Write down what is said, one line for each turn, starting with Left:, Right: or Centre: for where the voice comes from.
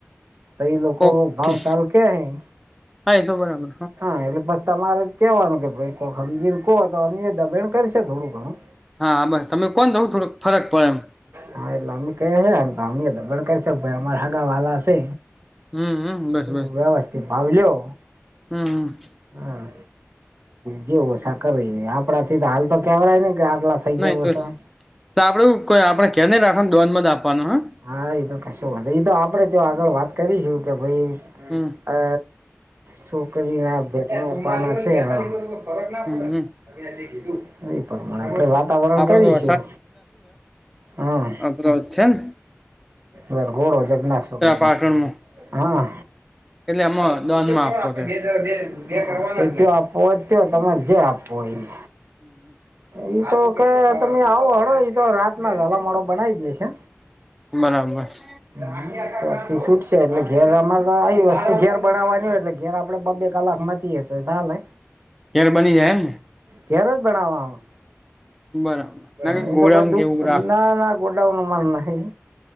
Right: તો ઈ લોકો
Centre: ઓકે
Right: ભાવતાલ કે હી.
Centre: હા એતો બરાબર.
Right: હા એટલે પસ તમારે જ કેવાનું કે ભાઈ કોક હમજીને કો તો અમે એ દબેણ કરી છે થોડું ઘણું.
Centre: હા બસ તમે કોન તોય થોડુંક ફરક પડે એમ.
Right: હા એટલે અમે કહીએ હે એમ તો અમે દબણ કરશે કે ભાઈ અમાર હગા વાલા સે.
Centre: હમ હમ બસ
Right: એટલે વ્યવસ્થિત ભાવ લ્યો.
Centre: હમ હમ
Right: હા જે ઓસા કરે ઈ આપડાથી તો હાલ તો કેવરાઈ નહીં કે આટલા થઈ
Centre: ના
Right: જાય
Centre: ઈતો
Right: ઓછા
Centre: સે તો આપડે હું કોઈ આપણે કે નહીં ને આ રાખવા દોન જ આપવાનું હા.
Right: હા એતો કશું વાંધો ઈતો આપડે ત્યાં આગળ વાત કરીશું કે ભઈ
Centre: હમ
Right: અ સોકરીના ભેટમાં આપવાનું છે હહ ફરક ના
Centre: હમ
Right: પડે
Centre: હમ
Right: ને <inaudible> કીધું ઈ પ્રમાણે આપણે વાત વાતાવરણ
Centre: આપડે
Right: કરીશું હા
Centre: બરાબર છે ન?
Right: વરઘોડો જગન્નાથ ભગવાનનો
Centre: પાટણમાં
Right: હા
Centre: એટલે આમાં
Right: અરે
Centre: દોનમાં
Right: <inaudible>
Centre: આપવો
Right: આપણે
Centre: છે
Right: બે જણા બે જ એ તો આપવો હોય તો કયો તમારે જે આપવો હોય ઈ.
Centre: હમ હમ
Right: ઈ તો કે તમે આવો હેડો ઈતો રાતના વેલા મોડો બનાઈ દેશે.
Centre: બરાબર.
Right: હમ તોથી સુટ છે એટલે ઘેર અમારે તો આઈ વસ્તુ ઘેર બનાવાની હોય એટલે ઘેર આપડે બબે કલાક મથ તી એ તો ચાલે.
Centre: ઘેર બની જાય એમને?
Right: ઘેર જ બણાવાનું
Centre: બરાબર
Right: હહ
Centre: ના
Right: એ
Centre: ગોડાઉન
Right: તો કોઈ દુખ
Centre: કેવું રાખ
Right: ના ના ગોડાઉનનો માલ નાખે હે?